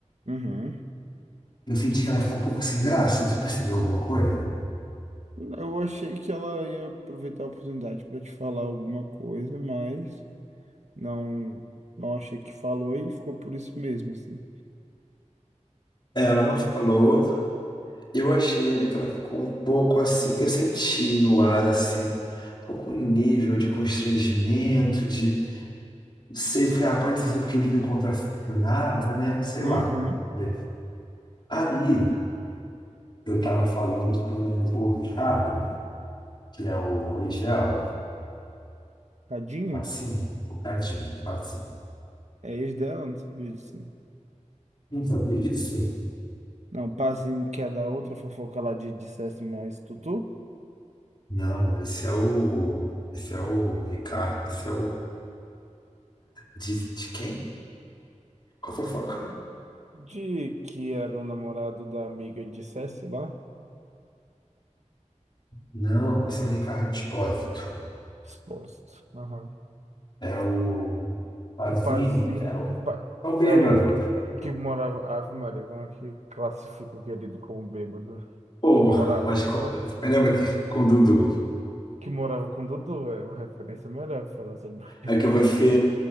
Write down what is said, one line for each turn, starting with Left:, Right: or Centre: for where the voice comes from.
Right: uhum.
Left: Eu senti que ela ficou um pouco sem graça. Você percebeu alguma coisa?
Right: Eu achei que ela ia aproveitar a oportunidade para te falar alguma coisa, mas não, não achei que falou e ficou por isso mesmo, assim.
Left: Ela não falou, Eu achei ali que ela ficou um pouco assim. Eu senti no ar assim, algum nível de constrangimento, de. Não sei, foi, ah, pode ter sido porque ele me contracionava, né? Sei
Right: Uhum.
Left: lá. Vê. Aí eu tava falando com o Ricardo, que é o ex dela,
Right: Tadinho?
Left: assim, o Cadinho, assim.
Right: É ex dela, não sabia disso.
Left: Não sabia disso?
Right: Não, passinho que é da outra fofoca lá de dissesse mais Tutu?
Left: Não, esse é o. Esse é o Ricardo. Esse é o. De, de quem? Qual fofoca?
Right: De que era o namorado da amiga de dissesse lá?
Left: Não, esse é o Ricardo Espósito.
Right: Exposto. Aham.
Left: É o Pazini,
Right: O Pazinho
Left: é o,
Right: pa-
Left: é o bêbado.
Right: é o que que morava. Ave Maria, como é que classifica o querido como bêbado?
Left: Porra,
Right: Que morava,
Left: mas co- lembra que com o Dudu?
Right: que morava com Dudu, é uma referência melhor pra falar sobre o querido.
Left: É que você.